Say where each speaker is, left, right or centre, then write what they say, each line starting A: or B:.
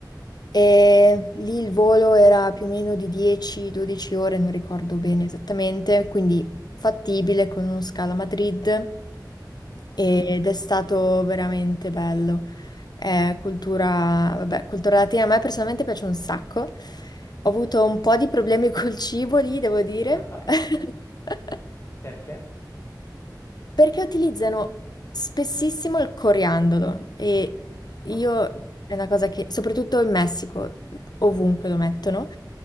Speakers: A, on the left (about 65°); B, on the left (about 35°).
A: E lì il volo era più o meno di 10-12 ore, non ricordo bene esattamente, quindi fattibile con uno scalo a Madrid
B: mm.
A: ed è stato veramente bello. È cultura, vabbè, cultura latina a me personalmente piace un sacco. Ho avuto un po' di problemi <laughs> col cibo lì, devo dire.
B: <laughs>
A: <laughs>
B: Perché?
A: Perché utilizzano spessissimo il coriandolo e io
B: Oh,
A: è una cosa che, soprattutto in Messico, ovunque lo mettono.